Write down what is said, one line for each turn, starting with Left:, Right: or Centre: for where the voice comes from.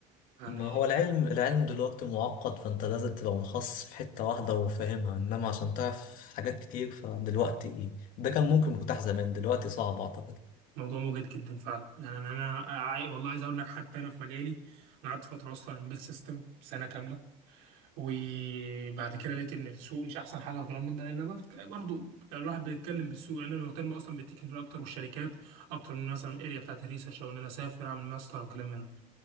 Right: يعني
Left: ما هو العلم العلم دلوقتي معقد فانت لازم تبقى مخصص في حتة واحدة وفاهمها انما عشان تعرف حاجات كتير فدلوقتي ده كان ممكن متاح زمان دلوقتي صعب اعتقد
Right: موضوع مجهد جدا فعلا يعني انا انا عاي... والله عايز اقول لك حتى انا في مجالي انا قعدت فتره اصلا امبيد سيستم سنه كامله وبعد كده لقيت ان السوق مش احسن حاجه وكلام من ده لان برضك- برضه الواحد بيتكلم بالسوق لان انا مهتم اصلا بالتكنيكال اكتر والشركات اكتر من مثلا الاريا بتاعت الريسيرش او ان انا اسافر اعمل ماستر وكلام من ده